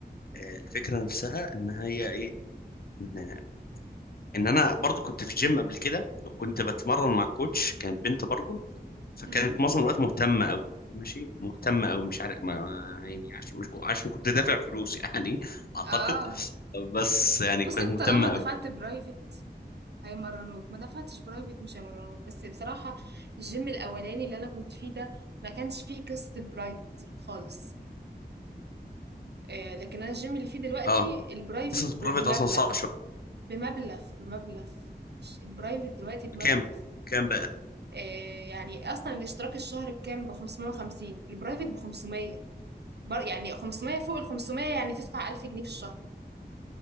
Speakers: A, on the left; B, on the right.
A: آه، الفكرة نفسها ان هي ايه ان ان انا برضو كنت في جيم قبل كده وكنت بتمرن مع كوتش كانت بنت برضو فكانت
B: أمم.
A: معظم الوقت مهتمة قوي ماشي مهتمة قوي مش عارف ما يعني عشان مش عشان كنت دافع فلوس يعني <laughs> اعتقد
B: اه
A: بس يعني
B: بص
A: كانت
B: انت
A: مهتمة
B: لما دفعت
A: قوي
B: برايفت هيمرنوك ما دفعتش برايفت مش هيمرنوك بس بصراحة الجيم الأولاني اللي أنا كنت فيه ده ما كانش فيه قصة البرايفت دي خالص آه لكن أنا الجيم اللي فيه دلوقتي
A: اه
B: البرايفت
A: قصة
B: ب-
A: برايفت
B: بمبلغ
A: اصلا صعبة شوية
B: بمبلغ، بمبلغ ش الprivate دلوقتي بمبلغ
A: بكام كام بقى
B: آآ يعني أصلًا الاشتراك الشهر بكام؟ ب550 الprivate ب500 بر يعني 500 فوق ال500 يعني تدفع 1000 جنيه في الشهر